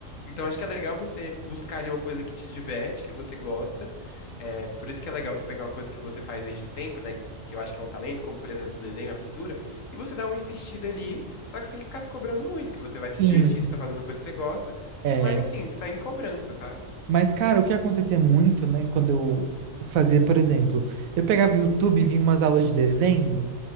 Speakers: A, on the left; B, on the right.
A: Então acho que é legal você buscar ali uma coisa que te diverte, que você gosta. É, por isso que é legal você pegar uma coisa que você faz desde sempre, né? Que eu acho que é um talento, como por exemplo o desenho, a pintura, e você dá uma insistida ali, só que sem ficar se cobrando muito, que você vai se
B: Sim.
A: divertir, você tá fazendo uma coisa que você gosta,
B: É.
A: mas assim, sem cobrança, sabe?
B: Mas, cara, o que acontecia muito, né, quando eu fazia, por exemplo, eu pegava o YouTube e via umas aulas de desenho.